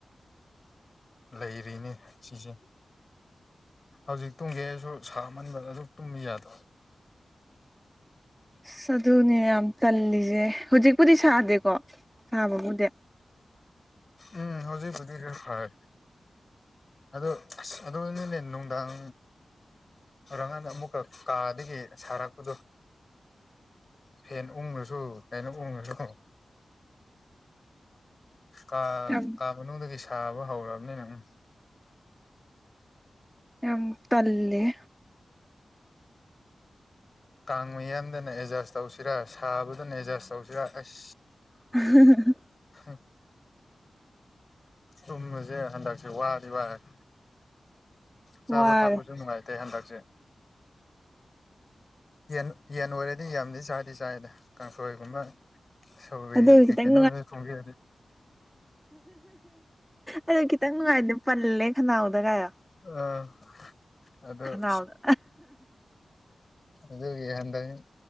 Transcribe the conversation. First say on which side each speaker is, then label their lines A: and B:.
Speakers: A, on the left; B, in the centre.
A: ꯂꯩꯔꯤꯅꯦ ꯁꯤꯁꯦ ꯍꯧꯖꯤꯛ ꯇꯨꯝꯒꯦ ꯍꯥꯏꯁꯨ ꯁꯥꯃꯟꯕꯗ ꯑꯗꯨꯝ ꯇꯨꯝꯕ ꯌꯥꯗꯕ
B: ꯑꯁ ꯑꯗꯨꯅꯦ ꯌꯥꯝ ꯇꯜꯂꯤꯁꯦ ꯍꯧꯖꯤꯛꯄꯨꯗꯤ ꯁꯥꯗꯦꯀꯣ ꯁꯥꯕꯕꯨꯗꯤ
A: ꯎꯝ ꯍꯧꯖꯤꯛꯕꯨꯗꯤ ꯈꯔ ꯐꯔ‌ꯦ ꯑꯗꯨ ꯑꯁ ꯑꯗꯨꯅ‌ꯣꯏꯅ ꯅꯨꯡꯗꯥꯡ ꯁꯔꯪꯀꯥꯟꯗ ꯑꯃꯨꯛꯀ ꯀꯥꯗꯒꯤ ꯁꯥꯔꯛꯄꯗꯣ ꯐꯦꯟ ꯎꯪꯉꯁꯨ ꯀꯩꯅꯣ ꯎꯪꯉꯁꯨ ꯀꯥ
B: ꯌꯥꯝ
A: ꯀꯥ ꯃꯅꯨꯡꯗꯒꯤ ꯁꯥꯕ ꯍꯧꯔꯑꯕꯅꯤ ꯎꯝ
B: ꯌꯥꯝ ꯇꯜꯂ‌ꯦꯍ‌ꯦ
A: ꯀꯥꯡ ꯃꯌꯥꯝꯗꯅ ꯑꯦꯗꯖꯁ ꯇꯧꯁꯤꯔꯥ ꯁꯥꯕꯗꯅ ꯑꯦꯗꯖꯁ ꯇꯧꯁꯤꯔꯥ ꯑꯁ
B: <unintelligible>
A: <unintelligible> ꯇꯨꯝꯕꯁꯦ ꯍꯟꯗꯛꯁꯦ ꯋꯥꯗꯤ ꯋꯥꯔ‌ꯦ ꯆꯥꯕ
B: ꯋꯥꯔꯦ
A: ꯊꯛꯄꯖꯨ ꯅꯨꯡꯉꯥꯏꯇꯦ ꯍꯟꯗꯛꯁꯦ ꯌꯦꯟ ꯌꯦꯟ ꯑꯣꯏꯔꯗꯤ ꯌꯥꯝꯗꯤ ꯆꯥꯗꯤ ꯆꯥꯏꯗ ꯀꯥꯡꯁꯣꯏꯒꯨꯝꯕ ꯁꯧꯒ꯭ꯔꯤ
B: ꯑꯗꯨ
A: ꯀꯩ
B: ꯈꯤꯇꯪ
A: ꯀꯩꯅꯣ ꯊꯣꯡꯕꯤꯔꯗꯤ
B: ꯑꯗꯣ ꯈꯤꯇꯪ ꯅꯨꯡꯉꯥꯏꯗꯦ ꯄꯜꯂꯦ ꯈꯅꯥꯎꯗ ꯒꯥꯌꯣ
A: ꯑꯥ ꯑꯗꯨ
B: ꯅꯥꯎꯗ
A: ꯑꯗꯨꯒꯤ ꯍꯟꯗꯛ